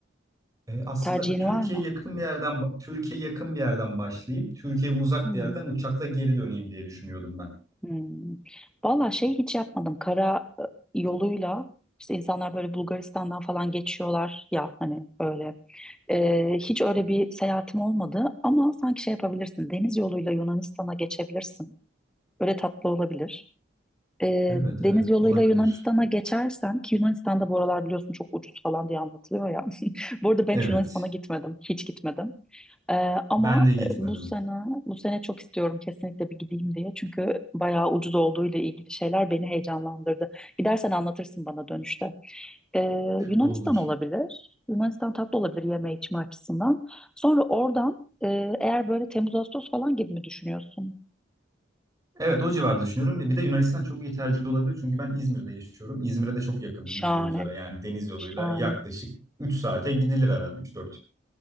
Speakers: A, on the right (about 20°); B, in the centre.
A: Ee, aslında
B: Tercihin
A: Türkiye'ye
B: var mı?
A: yakın bir yerden Türkiye yakın bir yerden başlayıp Türkiye'ye uzak
B: Hmm.
A: bir yerden uçakla geri döneyim diye düşünüyordum ben.
B: Hmm. Valla şey hiç yapmadım. Kara e, yoluyla işte insanlar böyle Bulgaristan'dan falan geçiyorlar ya hani öyle. Ee, hiç öyle bir seyahatim olmadı ama sanki şey yapabilirsin. Deniz yoluyla Yunanistan'a geçebilirsin. Böyle tatlı olabilir. E,
A: Evet,
B: deniz
A: evet
B: yoluyla
A: olabilir.
B: Yunanistan'a geçersen ki Yunanistan'da bu aralar biliyorsun çok ucuz falan diye anlatılıyor ya. <laughs> Bu arada ben
A: Evet.
B: hiç Yunanistan'a gitmedim. Hiç gitmedim. E, ama
A: Ben de gitmedim.
B: e, bu sene bu sene çok istiyorum kesinlikle bir gideyim diye. Çünkü bayağı ucuz olduğu ile ilgili şeyler beni heyecanlandırdı. Gidersen anlatırsın bana dönüşte. E, Yunanistan
A: Olur.
B: olabilir. Yunanistan tatlı olabilir yeme içme açısından. Sonra oradan e, eğer böyle Temmuz Ağustos falan gibi mi düşünüyorsun?
A: Evet o civarda düşünüyorum. Bir de Yunanistan çok iyi tercih olabilir. Çünkü ben İzmir'de yaşıyorum. İzmir'e de çok yakın
B: Şahane.
A: bildiğin üzere. Yani deniz yoluyla
B: Şahane.
A: yaklaşık üç saate gidilir herhalde üç dört.